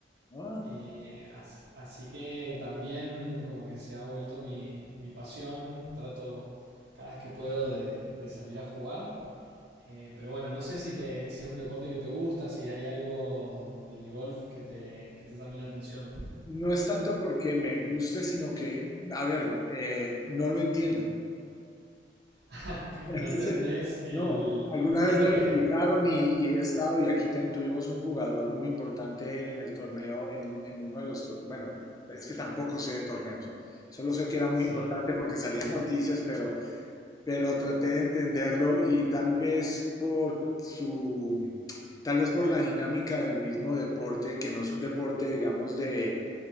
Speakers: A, on the left; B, on the right.
A: Ah,
B: eh, as- así que también como que se ha vuelto mi, mi pasión, trato cada vez que puedo de, de salir a jugar, Eh, pero bueno, no sé si, te, si es un deporte que te gusta, si hay algo del golf que te, que te llame la atención.
A: no es tanto porque me guste, sino que, a ver, eh, no lo entiendo.
B: <laughs>
A: <laughs>
B: No entendés el,
A: No, alguna
B: el- qué
A: vez
B: es lo
A: me
B: que...
A: lo explicaron y, y he estado y aquí ten- tuvimos un jugador muy importante en el torneo, en, uno en uno de los torneos, bueno, es que tampoco sé de torneos, solo sé que era muy
B: Sí,
A: importante porque salían noticias, pero, pero traté de entenderlo y tal vez por su, tal vez por la dinámica del mismo deporte, que no es un deporte, digamos, de,